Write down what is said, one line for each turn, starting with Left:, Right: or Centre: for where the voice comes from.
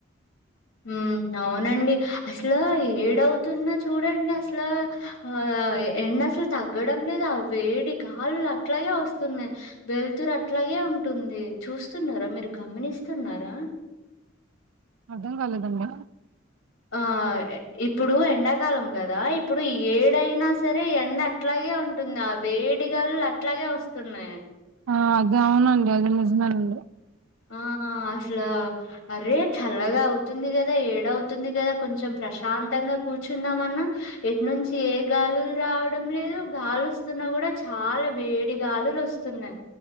Left: మ్మ్ అవునండి అసలు ఏడవు తున్నా చూడండి అసలు ఆ ఎండ అసలు తగ్గడం లేదా వేడి గాలులు అట్లాగే వస్తున్నాయి వెలుతురు అట్ల అట్లాగే ఉంటుంది చూస్తున్నారా మీరు గమనిస్తున్నారా
Right: అర్ధం కాలేదండి
Left: ఆ ఇప్పుడు ఎండాకాలం కదా ఇప్పుడు ఏడైనా సరే ఎండ అట్లా అట్లాగే ఉంటుంది ఆ వేడి గాలులు అట్లాగే వస్తున్నాయి
Right: ఆ అద అవునండి అది నిజమనండి
Left: ఆ అసలు అరే చల్లగా అవుతుంది కదా ఏడవుతుంది కదా కొంచెం ప్రశాంత తంగా కూర్చుందాం అన్నా ఎటు నుంచి ఏ గాలులు రావడం లేదు గాలి వస్తున్నా కూడా చాలా వేడి గాలులు వస్తున్నాయ్